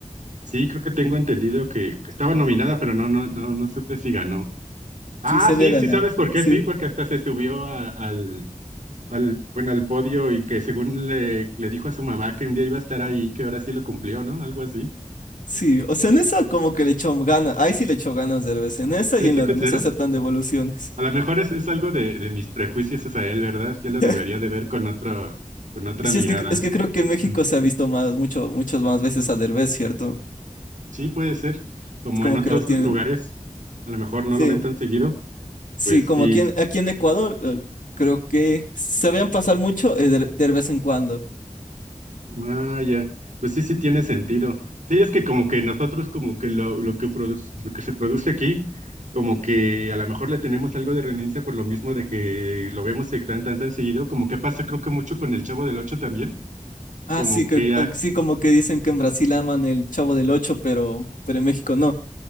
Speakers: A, on the right; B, on the left.
A: Sí, creo que tengo entendido que estaba nominada, pero no, no, no, no supe si ganó. Ah,
B: Sí, se
A: sí,
B: había ganado.
A: sí, ¿sabes por qué?
B: Sí,
A: Sí, porque hasta se subió a- al, al, bueno, al podio y que según le, le dijo a su mamá que un día iba a estar ahí, que ahora sí lo cumplió, ¿no? Algo así.
B: sí. O sea, en esa como que le echó ganas. Ahí sí le echó ganas de vez En esa
A: Sí,
B: y en
A: sí,
B: la
A: ¿consideras?
B: de Nos aceptan devoluciones.
A: A lo mejor es, es algo de, de mis prejuicios hacia él, ¿verdad? Yo lo
B: <laughs>
A: debería de ver con otro, con otra
B: Sí,
A: mirada.
B: es que, es que creo que en México
A: Mm,
B: se ha visto más, mucho, muchas más veces a Derbez, ¿cierto?
A: Sí, puede ser. Como
B: Es como
A: en otros
B: que lo tienen.
A: lugares, a lo mejor no
B: Sí,
A: lo ven tan seguido.
B: sí,
A: Pues
B: como
A: sí,
B: aquí en, aquí en Ecuador, eh, creo que sabían pasar mucho eh, de, de vez en cuando.
A: Ah, ya. Pues sí, sí tiene sentido. Sí, es que como que nosotros como que lo, lo que produce, lo que se produce aquí, como que a lo mejor le tenemos algo de renuncia por lo mismo de que lo vemos se- tan tan tan seguido, como que pasa creo que mucho con el Chavo del Ocho también,
B: Ah,
A: como
B: sí, que,
A: que
B: con-
A: ah,
B: sí, como que dicen que en Brasil aman el Chavo del Ocho, pero, pero en México no.